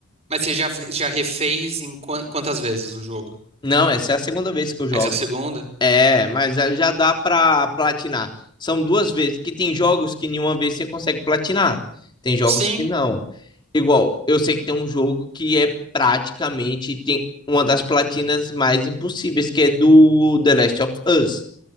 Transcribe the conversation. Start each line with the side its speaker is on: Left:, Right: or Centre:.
Right: Mas você já, já refez em quan- quantas vezes o jogo?
Left: Não, essa é a segunda vez que eu jogo.
Right: Essa é a segunda?
Left: É, mas é- já dá pra platinar. São duas vezes, que tem jogos que nenhuma vez você consegue platinar. Tem jogos
Right: Sim.
Left: que não. Igual, eu sei que tem um jogo que é praticamente tem uma das platinas mais impossíveis, que é do The Last of Us.